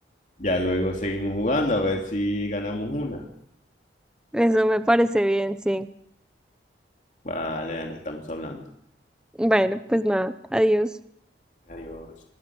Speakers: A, on the left; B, in the centre.
A: Ya luego seguimos jugando a ver si ganamos una.
B: eso me parece bien, sí.
A: Vale, Ana, estamos hablando.
B: Bueno, pues nada, adiós.
A: Adiós.